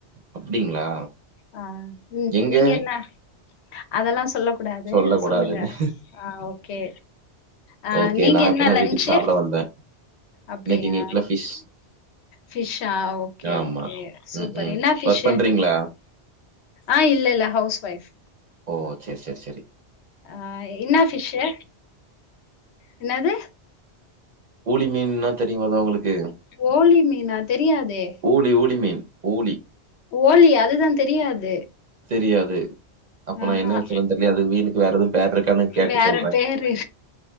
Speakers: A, on the right; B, on the left.
A: அப்டிங்களா
B: ஆ ம்
A: எங்க
B: நீங்க என்ன அதெல்லா சொல்ல கூடாது
A: சொல்ல கூடாதுன்னு
B: சொல்லுங்க ஆ ஓகே ஆ
A: ஓகே
B: நீங்க
A: நா
B: என்ன
A: இப்பதா
B: லன்ச்சு
A: வீட்டுக்கு சாப்ட வந்தே
B: அப்டியா
A: இன்னைக்கு எங்க வீட்ல ஃபிஷ்
B: ஃபிஷ்ஷா ஓகே
A: ஆமா
B: ஓகே சூப்பர்
A: ம் ம்
B: என்ன ஃபிஷ்ஷு
A: ஒர்க் பண்றீங்களா
B: ஆ இல்ல இல்ல ஹவுஸ் ஒய்ஃப்
A: ஓ சேரி சேரி சேரி
B: ஆ இன்னா ஃபிஷ்ஷு என்னது
A: ஊழி மீன்னா தெரிமா கா உங்களுக்கு
B: ஓழி மீனா தெரியாதே
A: ஊழி ஊழி மீன் ஊழி
B: ஓழி அதுதா தெரியாது
A: தெரியாது அப்ப நா
B: ஆஹா
A: என்ன சொல்றதுன்னு தெரியலையே அது மீனுக்கு வேற எதுவு பேர் இருக்கான்னு கேட்டு
B: வேற
A: சொல்றே
B: பேரரு